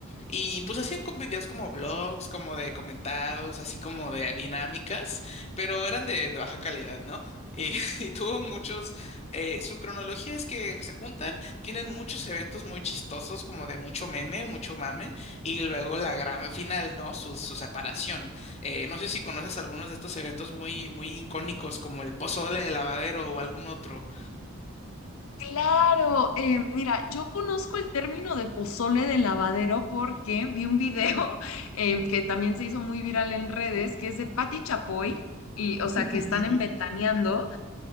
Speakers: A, on the left; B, on the left.
A: y pues hacían con videos como blogs, como de comentados, así como de dinámicas, pero eran de, de baja calidad, ¿no? Y, <laughs> y tuvo muchos, eh, su cronología es que se juntan, tienen muchos eventos muy chistosos, como de mucho meme, mucho mame, y luego la gran final, ¿no? Su, su separación. Eh, no sé si conoces algunos de estos eventos muy, muy icónicos, como el pozole de lavadero o algún otro.
B: Claro, eh, mira, yo conozco el término de pozole de lavadero porque vi un video <laughs> eh, que también se hizo muy viral en redes, que es de Patti Chapoy, y, o sea,
A: <laughs>
B: que están en Ventaneando